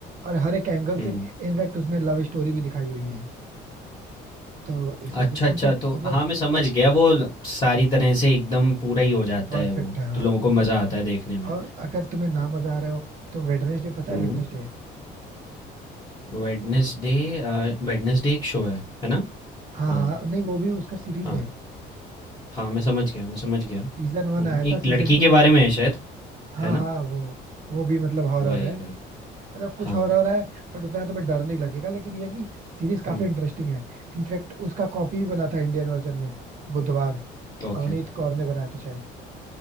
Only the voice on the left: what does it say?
हम्म,
अच्छा,
अच्छा,
तो
हाँ, मैं समझ गया वो सारी तरह से एकदम पूरा ही हो जाता
है वो,
तो लोगों को मज़ा आता है देखने में।
हुँ,
वेडनेसडे अ, वेडनेसडे एक शो है, है ना?
हाँ,
हाँ,
हाँ, मैं समझ गया, मैं समझ गया।
हुँ,
एक
लड़की
के
बारे में है शायद,
है ना?
वही,
वही,
हाँ,
हुँ,
ओके।